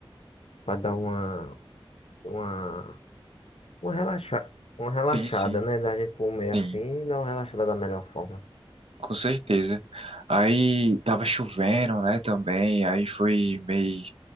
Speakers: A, on the left; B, on the right.
A: pra dar uma, uma, uma, relaxa, uma relaxada,
B: sim, sim,
A: né? Da gente comer assim
B: sim,
A: e dar uma relaxada da melhor forma.
B: com certeza. Aí tava chovendo, né, também, aí foi meio